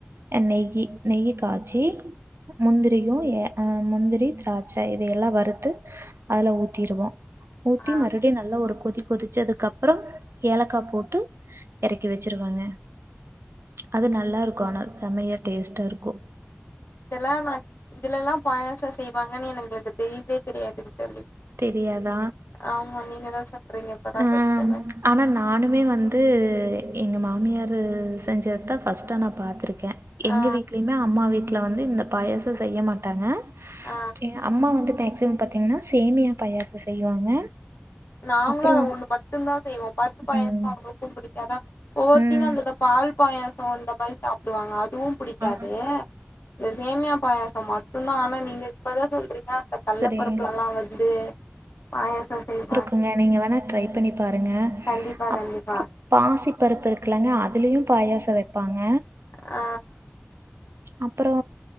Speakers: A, on the right; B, on the left.
A: அ நெய்யி நெய்யி காய்ச்சி முந்திரியு ஏ ம் முந்திரி திராட்ச்ச இதையெல்லா வறுத்து அதுல ஊத்திருவோ ஊத்தி
B: ஆ
A: மறு டியே நல்லா ஒரு கொதி கொதிச்சதுக்கப்பற ஏலக்கா போட்டு எறக்கி வச்சிருவாங்க அது நல்லாருக்கு ஆனா செம்மைய டேஸ்ட்டா இருக்கு
B: இதெல்லா நா இதுலலா பாயாசம் செய்வாங்கன்னு என எங்களுக்கு தெரியவே தெரியாதுங்தோழி
A: தெரியாதா
B: ஆமா நீங்க தா சொல்றீங்க இப்பதா
A: ஆ,
B: ஃபஸ்ட்டுனு
A: ஆனா நானுமே வந்து எங்க மாமியாரு செஞ்சது தா ஃபஸ்ட்டா நா பாத்துரு க்கே எங்க
B: ஆ
A: வீட்லயுமே அம்மா வீட்ல வந்து இந்த பாயாச செய்ய மாட்டாங்க
B: ஆ
A: எ அம்மா வந்து மேக்சிமம் பாத்தீங்கன்னா சேமியா பாயாச செய்வாங்க
B: நாங்களு
A: அப்புறம்
B: அத
A: வந்
B: ஒன்னு மட்டுந்தா செய்வோ பருப்பு பாயாச
A: ம்,
B: அவங்களுக்கு புடிக்காதா ஒவ்வொருத்திங்க
A: ம்.
B: அந்தத பால் பாயாச இந்த மாரி சாப்டுவாங்க அதுவு புடிக்காது
A: ஆ
B: இது சேமியா பாயாச மட்டு தா ஆனா நீங்க இப்பதா சொல்றீங்க இந்த கள்ள
A: சரிங்க.
B: பருப்புலலா வந்து பாயச செய்
A: நீங்க நீங்க வேணா ட்ரை பண்ணி பாருங்க
B: கண்டிப்பா
A: அப்புறம்
B: கண்டிப்பா
A: பாசி பருப்பு இருக்குலங்க அதுலயு பாயாச வெப்பாங்க
B: ஆ
A: அப்பறோ